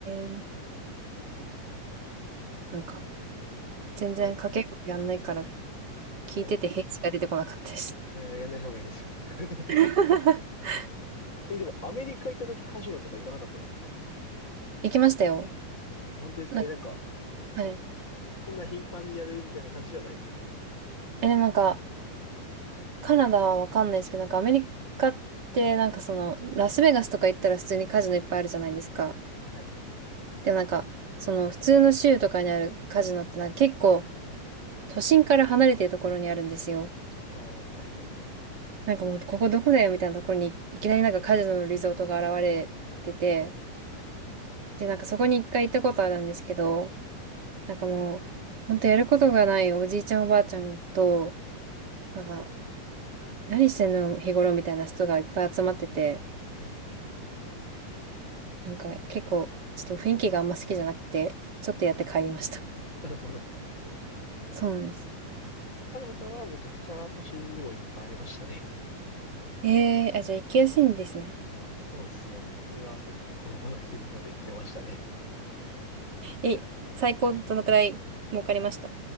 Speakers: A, on the right; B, on the left.
A: え、なんか、全然掛け声やんないから、
B: いやなんか、
A: 聞いてて平地が出てこなかったです。
B: いや、いや、やんない方がいいですよ。<laughs>
A: <laughs>
B: え、でもアメリカ行った時カジノとか行かなかったですか
A: 行きましたよ。
B: 本当ですかえ、
A: なんか、
B: なんか、
A: はい。
B: そんな頻繁にやるみたいな感じではないですか
A: え、でもなんか、カナダはわかんないですけど、なんかアメリカって、なんかその、ラスベガスとか行ったら普通にカジノいっぱいあるじゃないですか。
B: はい。
A: でもなんか、その、普通の州とかにあるカジノって、なんか結構、都心から離れてるところにあるんですよ。
B: ああ、はいはいはい。
A: なんかもう、ここどこだよみたいなところに、いきなりなんかカジノのリゾートが現れてて、
B: はい。
A: で、なんかそこに一回行ったことあるんですけど、なんかもう、ほんとやることがないおじいちゃんおばあちゃんと、なんか、何してんの日頃みたいな人がいっぱい集まってて、
B: はい。
A: なんか結構、ちょっと雰囲気があんま好きじゃなくて、ちょっとやって帰りました。
B: なるほど。
A: <laughs> そうなんです。
B: カナダはめちゃくちゃ都心にもいっぱいありましたね。
A: ええーあ、じゃあ行きやすいんですね。
B: そうですね。僕は結構な頻度で行ってましたね。
A: え、最高どのくらい儲かりました